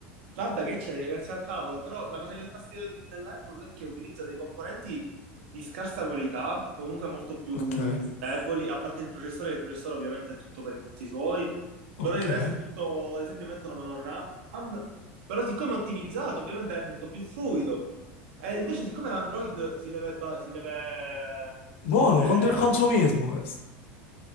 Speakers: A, on the right; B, on the left.
A: Vabbè, che c'è, grazie al cavolo, però la cosa che mi dà fastidio di- dell'Apple è che utilizza dei componenti di scarsa qualità, comunque molto più
B: Ok,
A: deboli, a parte il processore, che il processore ovviamente è tutto per i fatti suoi,
B: ok.
A: però il resto è tutto, ad esempio mettono meno RAM, però siccome è ottimizzato ovviamente è molto più fluido. E invece siccome l'Android si deve, ba- si deve,
B: Buono,
A: eh,
B: contro il consumismo questo.